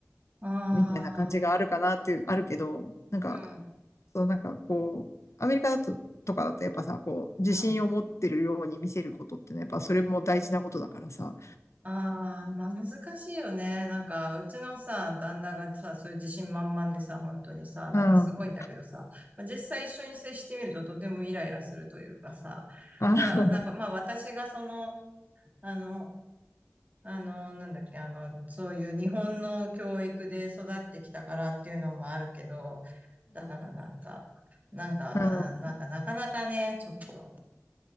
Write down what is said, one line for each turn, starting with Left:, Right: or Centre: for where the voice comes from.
Right: ああ、
Left: みたいな感じがあるかなっていう、あるけど、なんか、
Right: う
Left: そう、なんかこう、アメリカだと、とかだとやっぱさ、こう、自信を持ってるように見せることってね、
Right: ん、うん。
Left: やっぱそれも大事なことだからさ。
Right: ああ、まあ難しいよね。なんか、うちのさ、旦那がさ、そういう自信満々でさ、本当にさ、なんかすごいんだけどさ、
Left: うん、うん、
Right: まあ、実際一緒に接してみるととてもイライラするというかさ、
Left: あ、
Right: だからなんかまあ私がその、あの、あの、なんだっけ、あの、そういう日本の教育で育ってきたからっていうのもあるけど、だからなんか、なんか、
Left: うん。
Right: なんかなかなかね、ちょっと、